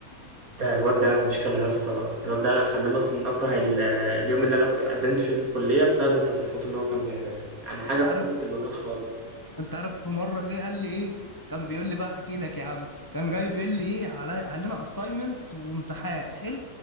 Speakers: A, on the right (about 65°); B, on the left (about 15°).
A: ده الواد ده مشكله يا اسطى الواد ده خلاني اصلا اكره ال- اليوم اللي انا قدمت فيه في الكليه بسبب التصرفات اللي هو كان بيعملها يعني حاجه
B: انت عارف
A: في قمه البجاعه خالص
B: انت عارف في مره جه قال لي ايه كان بيقول لي بقى احكي لك يا عم كان جاي بيقول لي ايه علي علينا اساينمنت وامتحان حلو